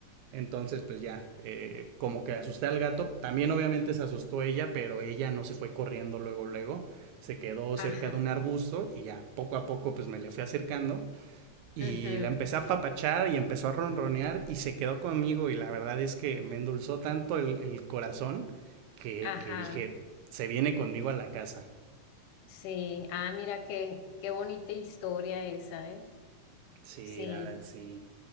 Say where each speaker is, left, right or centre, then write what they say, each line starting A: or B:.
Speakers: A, on the right; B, on the left.
A: Entonces pues ya, eh, como que asusté al gato, también obviamente se asustó ella, pero ella no se fue corriendo luego, luego, se quedó cerca
B: Ajá,
A: de un arbusto y ya, poco a poco pues me le fui acercando y
B: ujú,
A: la empecé a papachar y empezó a ronronear y se quedó conmigo y la verdad es que me endulzó tanto el, el corazón que,
B: ajá,
A: que dije, se viene conmigo a la casa.
B: sí, ah, mira qué, qué bonita historia esa, ¿eh?
A: Sí,
B: Sí,
A: la verdad sí.